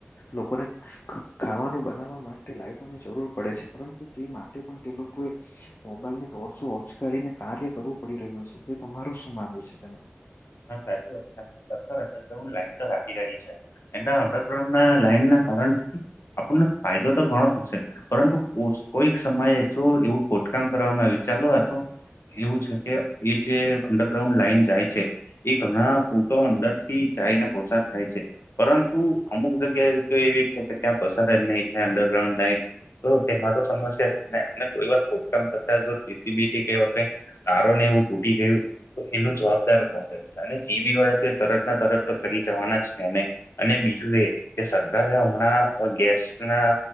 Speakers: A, on the left; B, on the left.
A: લોકોને. ખાવાનું બનાવવા માટે લાઈટોની જરૂર પડે છે પરંતુ તે માટે પણ તે લોકોએ મોબાઈલ ની ટોર્ચો ઓચ કરીને કાર્ય કરવું પડી રહ્યો છે તે તમારું શું માનવું છે તેનું.
B: હા સાચી વાત સરકાર અંડરગ્રાઉન્ડ લાઈન તો રાખી રહી છે. એના અંડરગ્રાઉન્ડ ના લાઈન ના કારણથી આપણને ફાયદો તો ઘણો થશે પરંતુ કો કોઈક સમયે જો એવું ખોદકામ કરવામાં આવી ચાલો આતો એવું છે, કે એ જે અંડરગ્રાઉન્ડ લાાઈન જાય છે. એ ઘણા ફૂટો અંદર થી જાય ને પોછા થાય છે. પરંતુ અમુક જગ્યાએ તો એવી છે કે ત્યાં પસાર જ નહી અંડરગ્રાઉન્ડ લ તો તેમાં તો સમસ્યા છેને કોઈ વાત ખોદકામ કરતા જો પીસીબી થી ક તારોને એવું તૂટી ગયું તો એનું જવાબદાર કોણ, અને જેબી વાળા તોએ તરત તરત તો કરી જવાના જ છે, ને અને બીજું એકે સરકારે હમણાં ગેસના,